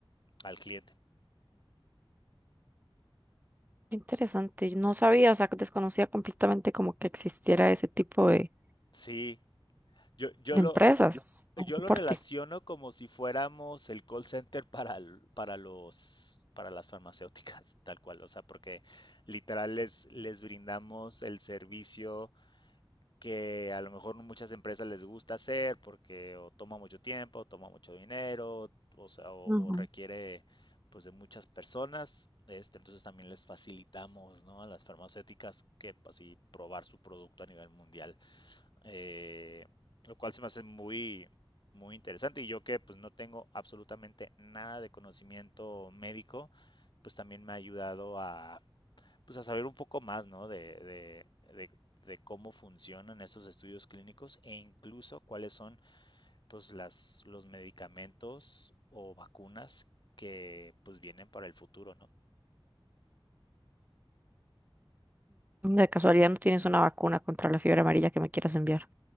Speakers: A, on the left (about 55°); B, on the right (about 20°).
A: al cliente.
B: Qué Interesante, yo no sabía, o sea, que desconocía completamente como que existiera ese tipo de,
A: Sí, yo, yo
B: de
A: lo,
B: empresas
A: Yo
B: o soporte.
A: lo relaciono como si fuéramos el call center para, l- para los, para las farmacéuticas, tal cual, o sea, porque literal les, les brindamos el servicio que a lo mejor no muchas empresas les gusta hacer porque o toma mucho tiempo, o toma mucho dinero, o sea, o,
B: Ujú.
A: o requiere pues de muchas personas. Este, entonces también les facilitamos, ¿no? a las farmacéuticas que así probar su producto a nivel mundial eh, lo cual se me hace muy, muy interesante. Y yo que pues no tengo absolutamente nada de conocimiento médico, pues también me ha ayudado a, pues, a saber un poco más, ¿no? de, de- de- de cómo funcionan estos estudios clínicos e incluso cuáles son pues las, los medicamentos o vacunas que pues vienen para el futuro, ¿no?
B: Mm, De casualidad no tienes una vacuna contra la fiebre amarilla que me quieras enviar.